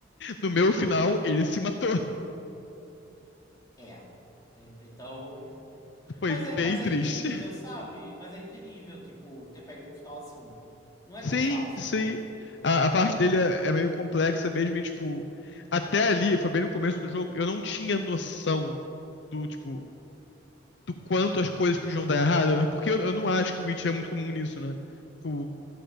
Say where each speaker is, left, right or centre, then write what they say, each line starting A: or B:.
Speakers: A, on the left; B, on the left.
A: No meu final, ele se matou. <laughs>
B: é. Ent- Então. <laughs>
A: Foi
B: Mas
A: bem
B: é, mas
A: triste.
B: é entendível, sabe? Mas é entendível, tipo, ter pego um final assim. Não é
A: Sim,
B: tão fácil.
A: sim. A, a parte dele é, é meio complexa mesmo. E, tipo, até ali, foi bem no começo do jogo, eu não tinha noção do, tipo, do quanto as coisas podiam dar errado. Porque eu, eu não acho
B: Uhum.
A: que o Witcher é muito comum
B: Uhum.
A: nisso, né? Tipo,